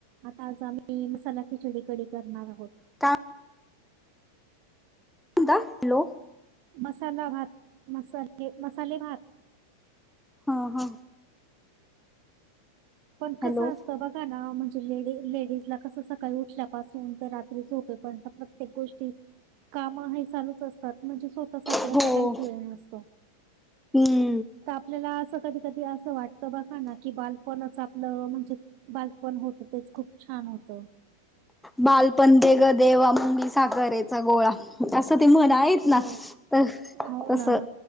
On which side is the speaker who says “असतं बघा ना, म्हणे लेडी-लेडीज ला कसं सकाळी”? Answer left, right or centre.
Right